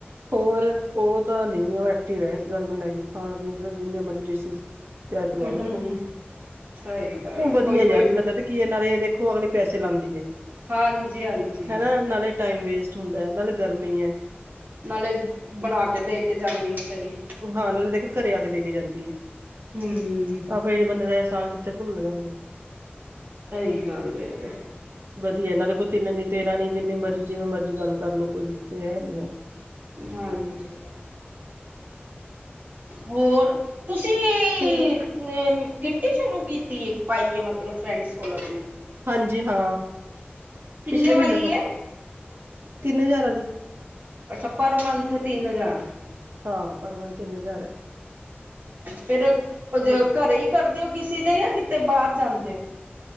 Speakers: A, on the right; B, on the right.
A: ਹੋਰ ਹੋਰ ਤਾਂ ਨਈ ਓ ਐਕਟਿਵ ਐ ਸ ਗੱਲ ਨੂੰ ਲੈ ਕੇ ਖਾਣ-ਪੀਣ ਚ ਤਾਂ ਜਿੰਨੇ ਮਰਜ਼ੀ ਡਿਸ਼ੀਸ ਤਿਆਰ ਕਰਵਾ ਲੋ
B: ਹੂੰ
A: ਓ ਤੋਂ,
B: ਸਹੀ ਗੱਲ
A: ਵੱਧੀਆ
B: ਕੋਈ ਕੋਈ
A: ਯਾਰ ਲਗਾ ਤੇ ਕੀ ਐ ਨਾਲੇ ਦੇਖੋ ਅਗਲੀ ਪੈਸੇ ਲਾਂਦੀ ਐ,
B: ਹਾਂਜੀ ਹਾਂਜੀ
A: ਹਨਾ ਨਾਲੇ ਟਾਈਮ ਵੇਸਟ ਹੁੰਦਾ ਨਾਲੇ ਗਰਮੀ ਐ।
B: ਨਾਲੇ ਬਣਾਕੇ ਦੇ ਕੇ ਜਾਂਦੀ ਵਿਚਾਰੀ।
A: ਹਾਂ ਨਾਲੇ ਦੇ ਕੇ ਘਰੇ ਆ ਕੇ ਦੇ ਕੇ ਜਾਂਦੀ ਏ।
B: ਹੂੰ
A: ਆਪਾਂ ਐਹੇ ਜੇ ਬੰਦੇ ਦਾ ਏਸਾਨ ਕਿੱਥੇ ਭੁੱਲ ਜਾਗੇ।
B: ਸਈ ਗੱਲ ਏ ਤਾ।
A: ਵੱਧੀਆ ਏਨਾਂ ਨੇ ਕੋਈ ਤਿੰਨ ਨੀ ਤੇਰਾਂ ਨੀ ਜਿੰਨੇ ਮਰਜੀ ਜਿਵੇਂ ਮਰਜ਼ੀ ਗੱਲ ਕਰਲੋ ਕੋਈ ਐ ਨੀ ਐ।
B: ਹਾਂਜੀ, ਹੋਰ ਤੁਸੀ ਏ
A: ਹੋਰ ਬਸ
B: ਤੇ ਕਿੱਟੀ ਸ਼ੁਰੂ ਕੀਤੀ ਏ ਪਾਈ ਏ ਮਤਲਬ ਫਰੈਂਡਸ ਕੋਲ ਆਪਣੀ?
A: ਹਾਂਜੀ ਹਾਂ
B: ਕਿੰਨੇ
A: ਪਿਛਲੇ
B: ਵਾਲੀ
A: ਮੀਨੇ ਤੋਂ,
B: ਏ
A: ਤਿੰਨ ਹਜ਼ਾਰ ਆਲੀ।
B: ਅੱਛਾ, ਪਰ ਮੰਨਥ ਤਿੰਨ ਹਜ਼ਾਰ?
A: ਹਾਂ ਪਰ ਮੰਨਥ ਤਿੰਨ ਹਜ਼ਾਰ ਐ।
B: ਫੇਰ, ਅ, ਜ,
A: ਵਧੀਆ
B: ਘਰੇ ਈ ਕਰਦੇ ਓ ਕਿਸੀ ਦੇ ਜਾਂ ਕਿਤੇ ਬਾਰ ਜਾਂਦੇ ਓ?